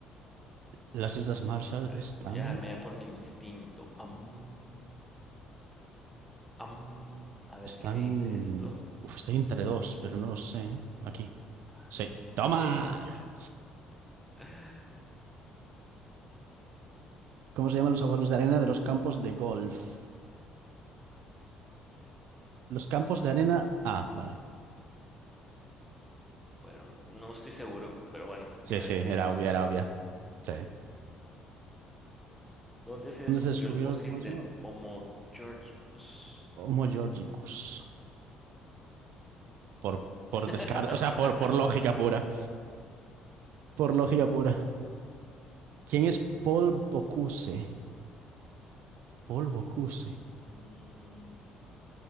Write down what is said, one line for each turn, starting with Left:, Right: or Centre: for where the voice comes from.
Right: Las Islas Marshall
Centre: Bueno,
Right: están,
Centre: voy a dejarme ya por mi instinto. Am, am, a ver
Right: están,
Centre: qué me dice esto.
Right: uf, estoy entre dos, pero no lo sé. Aquí.
Centre: Ah,
Right: Sí.
Centre: mira,
Right: ¡Toma!
Centre: ok. la- <laughs>
Right: ¿Cómo se llaman los agujeros de arena de los campos de golf? Los campos de arena. Ah, vale.
Centre: Bueno, no estoy seguro, pero bueno,
Right: Sí,
Centre: sabía
Right: sí,
Centre: que
Right: era
Centre: tenía que sonar
Right: obvia, era
Centre: algo.
Right: obvia. Sí.
Centre: ¿Dónde se descubrió
Right: ¿Dónde se descubrió
Centre: el fósil
Right: el famoso
Centre: del Homo Georgicus?
Right: Homo Georgicus? Por, por
Centre: <laughs>
Right: descarte, o sea, por, por lógica pura. Por lógica pura. ¿Quién es Paul Bocuse? Polvo QC.
Centre: Mm,